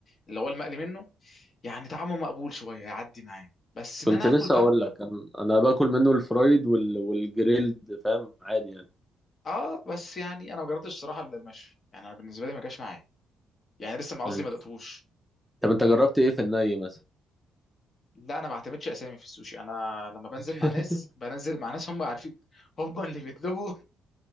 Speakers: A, on the left; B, in the centre.
A: اللي هو المقلي منه يعني طعمه مقبول شويه يعدي معايا بس ان
B: كنت
A: انا
B: لسه
A: اكل بقى
B: اقول لك انا أنا باكل منه الفرايد وال... والجريلد فاهم عادي يعني
A: اه بس يعني انا ما جربتش الصراحه الا المشوي يعني انا بالنسبه لي ما جاش معايا يعني لسه ما قصدي
B: مم.
A: ما دقتوش
B: طب انت جربت ايه في الني مثلا
A: لا انا ما بعتمدش اسامي في السوشي انا لما بنزل
B: <laughs>
A: مع ناس بنزل مع ناس هم عارفين هم اللي بيطلبوا